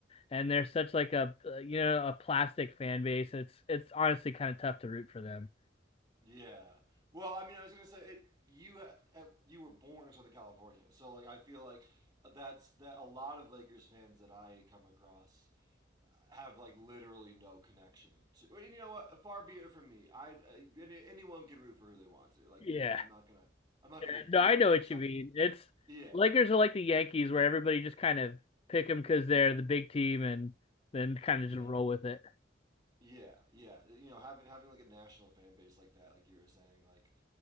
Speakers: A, on the left; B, on the right.
A: and they're such like a you know a plastic fan base. It's it's honestly kind of tough to root for them.
B: Yeah. Well, I mean, I was gonna say it. You uh, uh, you were born in Southern California, so like I feel like that's that. A lot of Lakers fans that I come across have like literally no connection to. And you know what? Far be it from me. I uh, any- anyone can root for who they want to. Like
A: Yeah.
B: you know, I'm not gonna I'm not
A: Yeah.
B: gonna gatekeep
A: No, I know what
B: something.
A: you mean. It's
B: Yeah,
A: Lakers are like the Yankees where everybody just kind of pick them because they're the big team and then kind
B: yeah,
A: of just roll with it.
B: yeah, yeah. You know, having having like a national fan base like that, like you were saying, like